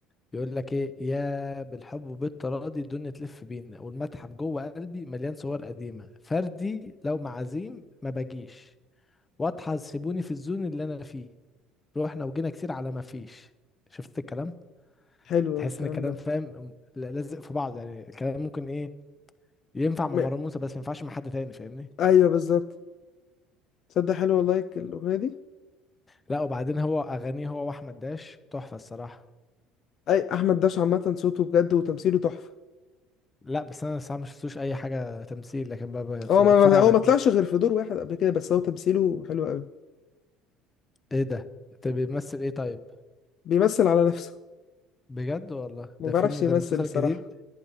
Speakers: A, on the left (about 20°); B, on the left (about 55°).
A: بيقول لك ايه يا بالحب وبالتراضي الدنيا تلف بينا والمتحف جوه قلبي مليان صور قديمه فردي لو معازيم ما باجيش واضحى سيبوني في الزون اللي انا فيه روحنا وجينا كتير على ما فيش شفت الكلام
B: حلو
A: تحس
B: الكلام
A: ان الكلام
B: ده
A: فاهم ل- لازق في بعض يعني الكلام ممكن ايه ينفع
B: م-
A: مع مروان موسى بس ما ينفعش مع حد تاني فاهمني
B: ايوه بالظبط تصدق حلو والله الاغنيه دي
A: لا وبعدين هو اغانيه هو واحمد داش تحفه الصراحه
B: اي احمد داش عامه صوته بجد وتمثيله تحفه
A: لا بس انا الصراحه ما شفتوش اي حاجه تمثيل لكن ب- ب-
B: هو ما
A: بتفرج
B: ما-
A: على
B: هو ما طلعش غير في دور واحد قبل كده بس هو تمثيله حلو قوي
A: ايه ده انت بيمثل ايه طيب
B: بيمثل على نفسه
A: بجد والله
B: ما
A: ده
B: بيعرفش
A: فيلم
B: يمثل
A: ده مسلسل
B: بصراحة
A: جديد